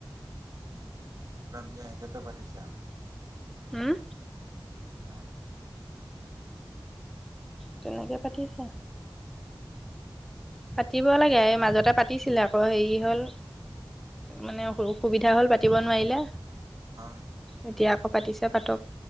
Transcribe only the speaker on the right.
তাত দিয়া হিচাপে পাতিছা?
অহ।
হয়